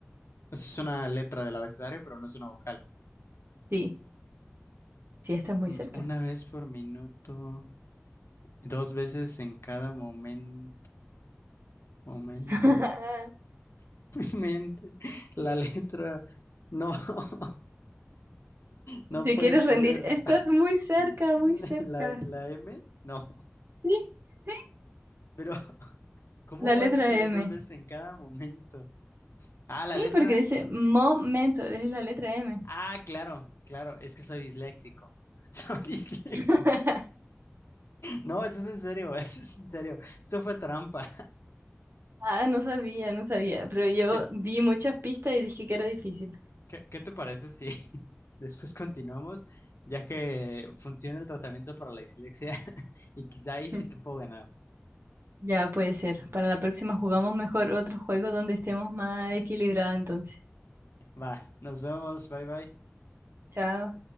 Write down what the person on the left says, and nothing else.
Pues es una letra del abecedario, pero no es una vocal.
Mm,
Una vez por minuto. Dos veces en cada momento. Momento.
Mente, la letra, no, <laughs> no
puede
ser
<laughs>
la,
la M, no,
pero ¿cómo
va a suceder
dos veces en cada momento? Ah, la
letra,
ah, claro, claro, es que soy disléxico, <laughs> soy disléxico,
no, eso es en serio, <laughs> eso es en serio, esto fue trampa,
<laughs>
¿qué,
qué, qué te parece si <laughs> después continuamos, ya que funciona el tratamiento para la dislexia <laughs> y quizá ahí sí
te puedo ganar?
Va, nos vemos, bye bye.